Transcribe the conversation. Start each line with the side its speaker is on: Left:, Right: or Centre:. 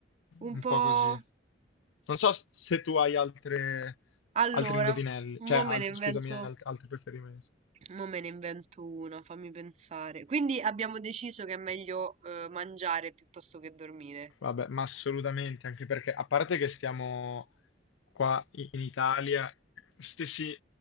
Right: un
Left: un
Right: po'.
Left: po' così. Non so se tu hai altre,
Right: Allora,
Left: altri indovinelli, cioè
Right: mo
Left: altri,
Right: me ne invento.
Left: scusami, alt- altri preferimenti.
Right: Mo me ne invento una, fammi pensare. Quindi abbiamo deciso che è meglio eh, mangiare piuttosto che dormire.
Left: Vabbè, ma assolutamente, anche perché a parte che stiamo qua i- in Italia, stessi,